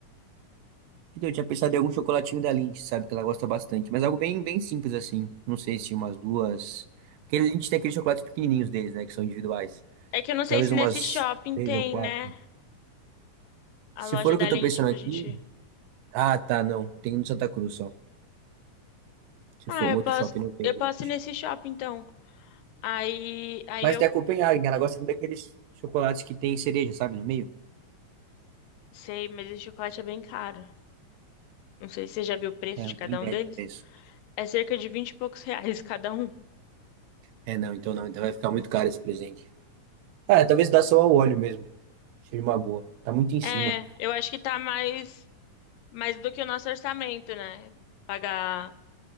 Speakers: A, on the right; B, on the left.
A: Então, eu tinha pensado em algum chocolatinho da Lindt, sabe? Que ela gosta bastante. Mas algo bem, bem simples, assim. Não sei se umas duas. Porque a Lindt tem aqueles chocolates pequenininhos deles, né? Que são individuais.
B: É que eu não sei
A: Talvez
B: se
A: umas
B: nesse shopping
A: três
B: tem,
A: ou quatro.
B: né? A loja
A: Se for
B: da
A: o que eu
B: Lindt
A: tô pensando
B: pra
A: aqui.
B: gente.
A: Ah, tá, não. Tem um no Santa Cruz só. Se
B: Ah,
A: for o
B: eu
A: outro
B: posso,
A: shopping, não tem
B: eu
A: Lindt.
B: posso ir nesse shopping então. Aí, aí
A: Mas
B: eu
A: tem a Copenhagen. Ela gosta daqueles chocolates que tem cereja, sabe? No meio.
B: sei, mas esse chocolate é bem caro. Não sei se você já viu o preço
A: É,
B: de
A: não
B: cada
A: tenho ideia
B: um deles.
A: de preço.
B: É cerca de vinte e poucos <laughs> reais cada um.
A: É, não, então não. Então vai ficar muito caro esse presente. Ah, talvez dá só o óleo mesmo. Seja uma boa. Tá muito em cima.
B: É, eu acho que tá mais, mais do que o nosso orçamento, né? Pagar,